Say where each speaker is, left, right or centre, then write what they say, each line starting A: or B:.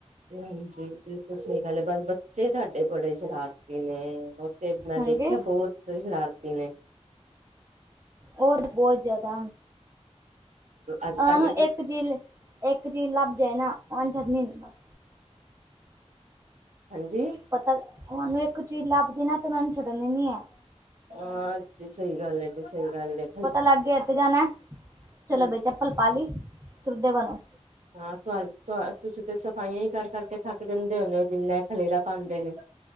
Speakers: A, on the right; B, on the right.
A: ਹਾਂਜੀ ਬਿਲਕੁਲ ਸਹੀ ਗੱਲ ਏ ਬਸ ਬੱਚੇ ਤਾਡੇ ਬੜੇ ਸ਼ਰਾਰਤੀ ਨੇ ਤੇ ਮੈਂ
B: ਹਾਂਜੀ
A: ਦੇਖਿਆ ਬੋਹਤ ਸ਼ਰਾਰਤੀ ਨੇ
B: ਓ ਤੇ ਬੋਹਤ ਜਿਆਦਾ
A: ਅੱਜ
B: ਆਹ
A: ਤੰਗ
B: ਨੂੰ
A: ਕੀਤਾ
B: ਇੱਕ ਚੀਜ਼‌ ਲਿ ਏਕ ਚੀਜ਼ ਲੱਭ ਜੇ ਨਾ ਔ ਨੀ ਛਡਨੀ ਬਸ।
A: ਹਂਜੀ
B: ਪਤਾ ਓਨੂੰ ਏੱਕ ਚੀਜ਼ ਲੱਭ ਜੇ ਨਾ ਤੇ ਓਨਾਂ ਨੇ ਛੱਡਣੀ ਨੀ ਐ।
A: ਹਾਂ ਅੱਜ ਸਈ ਗੱਲ ਏ ਤੇ ਸਈ ਗੱਲ ਏ।
B: ਪਤਾ ਲੱਗ ਗਯਾ ਐਥੇ ਜਾਣਾ ਚਲੋ
A: ਹਾਂਜੀ,
B: ਬਈ ਚੱਪਲ ਪਾ ਲੀ ਤੁਰਦੇ ਬਨੋ।
A: ਹਾਂ ਤੁਆ-ਤ ਤੁਸੀਂ ਤੇ ਸਫਾਈਆਂ ਹੀ ਕਰ-ਕਰਕੇ ਥੱਕ ਜਾਂਦੇ ਹੋਣੇ ਜਿੰਨਾ ਏ ਖਲੇਰਾ ਪਾਂਦੇ ਨੇ।